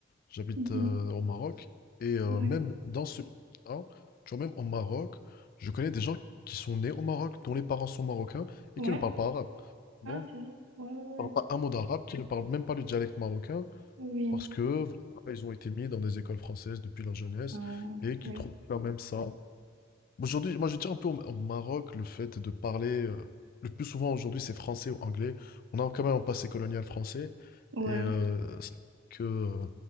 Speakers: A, on the left; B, on the right.
A: j'habite
B: Mhm.
A: euh, au Maroc. Et euh,
B: Ouais.
A: même dans ce pays-là, tu vois, même au Maroc, je connais des gens qui sont nés au Maroc, dont les parents sont marocains
B: Ouais.
A: et qui ne parlent pas arabe. Tu
B: Ah,
A: vois,
B: sérieux? Ouais, ouais,
A: Ils parlent
B: ouais.
A: pas un mot d'arabe, qui ne parlent même pas le dialecte marocain.
B: Oui.
A: parce que voilà, ils ont été mis dans des écoles françaises depuis leur jeunesse
B: Ah,
A: et qu'ils
B: ouais.
A: trouvent quand même ça. Aujourd'hui, moi je tiens un peu au, au Maroc le fait de parler euh, le plus souvent aujourd'hui c'est français ou anglais. On a quand même un passé colonial français
B: Ouais.
A: et euh, ça que euh,